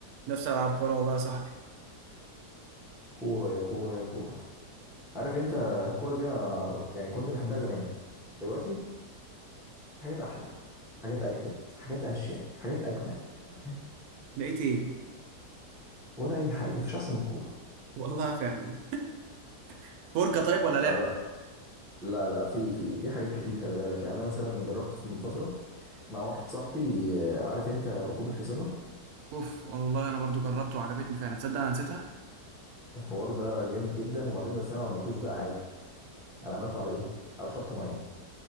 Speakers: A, on the right; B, in the centre.
A: نفسي العب كوره والله يا صاحبي
B: كورة يا كورة يا كورة عارف انت الكورة دي انا يعني كنت بحبها زمان دلوقتي في حاجات احلى حاجات اجدد حاجات اشيك حاجات اجمل انت فاهم
A: لقيت ايه
B: ولا اي حاجة مفيش احسن من الكورة
A: والله فعلا <laughs> فرجه طيب ولا
B: لا
A: لعب
B: لا لا لا في في في حاجات كتير خلي بالك يعني انا مثلا جربت من فترة مع واحد صاحبي آه، عارف انت ركوب الحصانة
A: اوف والله انا برضو جربت وعجبتني فعلا تصدق انا نسيتها
B: الحوار ده جامد جدا وبعدين بس انا ما عملتوش بقى عادي انا عملته على ايه على شط مية